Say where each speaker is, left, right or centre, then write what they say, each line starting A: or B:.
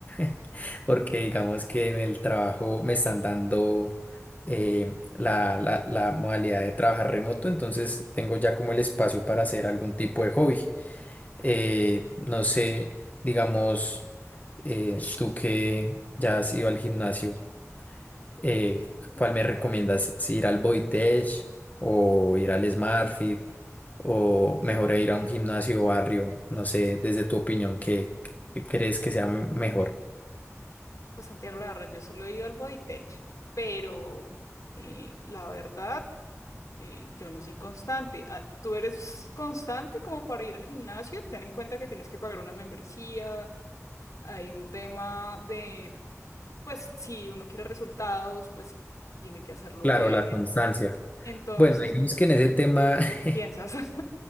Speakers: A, on the left (about 30°); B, on the left (about 80°).
A: <laughs> porque digamos que en el trabajo me están dando eh, la, la la modalidad de trabajar remoto, entonces tengo ya como el espacio para hacer algún tipo de hobby. Eh, no sé, digamos, eh, tú que ya has ido al gimnasio. Eh, ¿cuál me recomiendas? ¿Si ir al Boitech o ir al SmartFit o mejor ir a un gimnasio barrio? No sé, desde tu opinión, ¿qué, qué crees que sea mejor?
B: Pues Santiago, la verdad, yo solo he ido al Bodytech, pero eh, la verdad, eh, yo no soy constante. Ah, ¿Tú eres constante como para ir al gimnasio? Ten en cuenta que tienes que pagar una membresía, hay un tema de, pues si uno quiere resultados, pues tiene que hacerlo
A: Claro,
B: bien.
A: la constancia.
B: Entonces,
A: Bueno, digamos que en ese tema
B: ¿tú qué piensas?
A: <laughs>
B: <laughs>